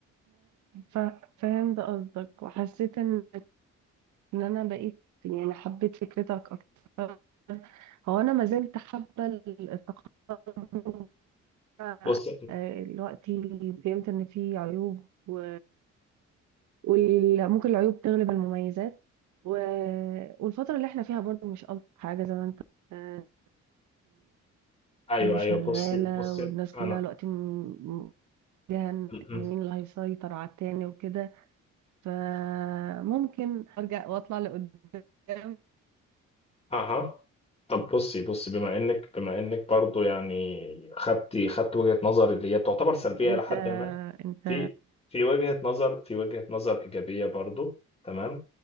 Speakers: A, on the right; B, on the left.
A: ف... فهمت قصدك وحسيت ان ان انا بقيت يعني حبيت فكرتك اكتر هو انا ما زلت حابه ال- التقدم ده.
B: بص
A: آه، دلوقتي فهمت ان في عيوب و... وممكن العيوب تغلب المميزات و... والفتره اللي احنا فيها برضو مش الطف حاجه زي ما انت آه،
B: ايوه
A: اللي شغاله
B: ايوه بصي بصي
A: والناس
B: انا
A: كلها دلوقتي م... م- فيها ان
B: م-
A: مين
B: م.
A: اللي هيسيطر على التاني وكده فممكن ارجع واطلع لقدام
B: اها طب بصي بصي بما انك بما انك برضو يعني خدتي خدت وجهة نظري اللي هي تعتبر سلبية
A: انت
B: لحد ما
A: انت
B: في في وجهة نظر في وجهة نظر إيجابية برضو تمام